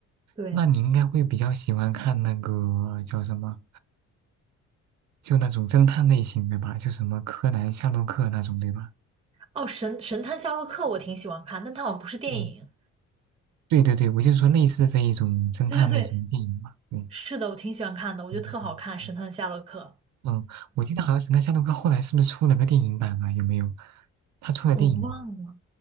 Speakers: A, on the right (about 20°); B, on the right (about 70°).
A: 对，
B: 那你应该会比较喜欢看那个叫什么，就那种侦探类型的吧，就什么柯南、夏洛克那种，对吧？
A: 哦，神神探夏洛克我挺喜欢看，但它好像不是电影。
B: 嗯对对对，我就说类似这一种侦探类型的电影吧。
A: 对对对，
B: 嗯
A: 是的，我挺喜欢看的，我觉得特好看，
B: 嗯嗯嗯
A: 《神探夏洛克》。
B: 嗯，我记得好像是那夏洛克后来是不是出了个电影版啊？有没有？他出了电影，
A: 我忘了，